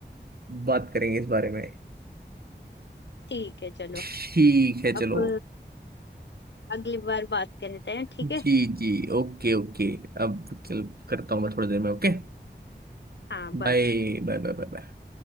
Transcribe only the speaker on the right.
बात करेंगे इस बारे में
ठीक है
चलो
जी
जी ओके ओके अब चल करता हूँ मैं थोड़ी देर में okay
Bye bye bye bye